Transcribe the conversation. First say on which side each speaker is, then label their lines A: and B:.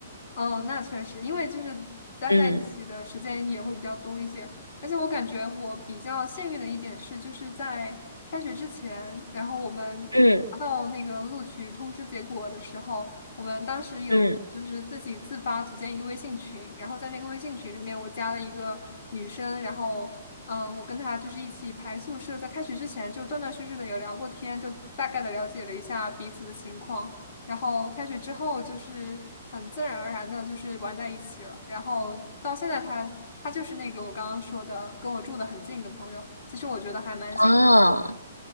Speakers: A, on the left; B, on the left.
A: 嗯，那确实，因为就是待在一起的时间也会比较多一些，
B: 嗯
A: 而且我感觉我比较幸运的一点是，就是在开学之前，然后我们我拿到那个录取通知结果的时候，
B: 嗯
A: 我们当时有就是自己自发组建一个微信群，
B: 嗯，
A: 然后在那个微信群里面，我加了一个女生，然后嗯、呃我跟她就是一起排宿舍，在开学之前就断断续续的有聊过天，就大概的了解了一下彼此的情况。然后开学之后就是很自然而然的，就是玩在一起了。然后到现在他，他就是那个我刚刚说的，跟我住的很近的朋友。其实我觉得还蛮幸运
B: 啊，